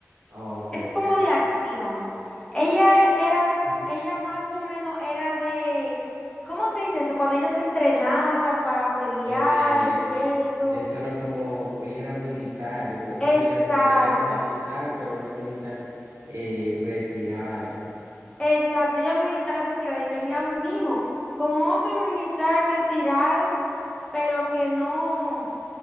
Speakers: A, on the right (about 80°); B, on the left (about 15°).
A: Ah, Ok.
B: como de acción. Ella e- era,
A: Ah,
B: ella más o menos era de, ¿cómo se dice eso? Cuando ella está entrenada para pelear
A: eh,
B: y eso.
A: eso era como, ella era militar, yo creo que
B: Exacto,
A: sí, ya me acuerdo. Ella era militar, pero una militar eh, retirada.
B: exacto. Ella militar retirada y tenía un hijo con otro militar retirado, pero que no,